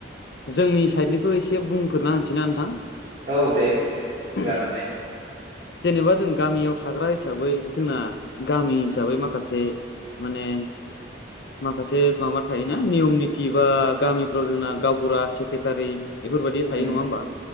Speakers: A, on the left; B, on the right.
A: जोंनि साइडनिखौ एसे बुंफोरना होनोसैना नोंथां
B: औ दे दे जागोन दे
A: जेनेबा जों गामियाव थां थाग्रा हिसाबै जोंना गामि हिसाबै माखासे माने माखासे माबा थायोना नियम निति बा गामिफ्राव जोंना गावबुरा सेक्रेटारि बेफोरबायदिया
B: उम
A: थायो नङा होमबा